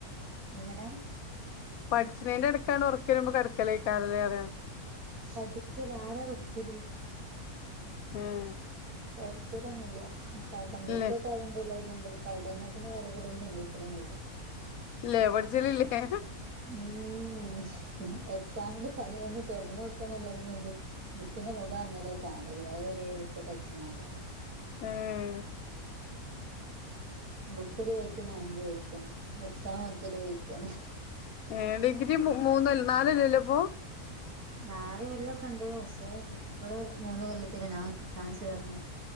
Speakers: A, on the right; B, on the left.
A: എങ്ങനെ
B: പഠ്ച്ച്ണീന്റെടുക്കാണ് ഒർക്കരുമ്പൊ കെട്കലയ്കാരം ലേ അറിയ
A: പഠിക്കൽ ആരാ പഠിക്കല്
B: ഏഹ്
A: പഠിക്കലൊന്നുല്ല <unintelligible> ബുക്കൊക്കെ
B: ഇല്ലേ
A: <unintelligible> കാണ്ട് പഠനത്തിന് കാര്യത്തിലേക്ക് ചിന്തിക്ക്ണൊന്നുല്ല
B: ഇല്ലേ പഠ്ച്ചൽ ഇല്ലേ
A: ഉം എക്സാമിന്റെ തലേന്ന് തൊർന്നോക്കാന്നല്ലാത് പിന്നെന്ത് ബുക്കിന്റെ മുഖം അന്നേരാ കാണല് അത് വരേ ബുക്കൊക്കട്ച്ച്കാണ്ട
B: ഏഹ്
A: ബുക്ക് ഒര് വഴിക്ക് ഞാൻ ഒരു വഴിക്കാണ് എക്സാം മറ്റൊരു വഴിക്കാണ്
B: ഏഹ് ഡിഗ്രി മൂ മൂന്നല്ല നാലൊല്ല അല്ലേ ഇപ്പോ
A: നാല് കൊല്ലംക്കെ ഇണ്ട് പക്ഷേ ഇപ്പള് മൂന്ന് കൊല്ലത്തിനാ ഞാൻ ഞാൻ ചേർന്ന